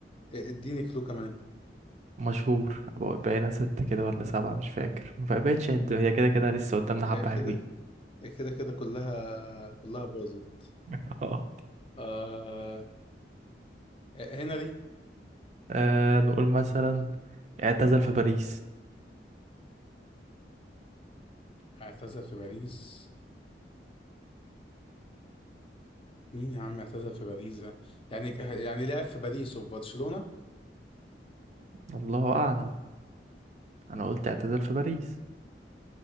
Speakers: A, on the left; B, on the right.
A: إيه، اديني كلو كمان
B: مشهور بقى- بقينا ست كده ولا سبعة مش فاكر ما بقتش قد هي كده كده لسه قدامنا حبة
A: إيه
B: حلوين
A: كده إيه كده كده كلها كلها باظت
B: <laughs> اه
A: آه... إيه، هنري
B: آه نقول مثلا اعتزل في باريس
A: اعتزل في باريس مين يا عم اعتزل في باريس ده يعني يعني لعب في باريس وفي برشلونة
B: الله أعلم أنا قلت اعتزل في باريس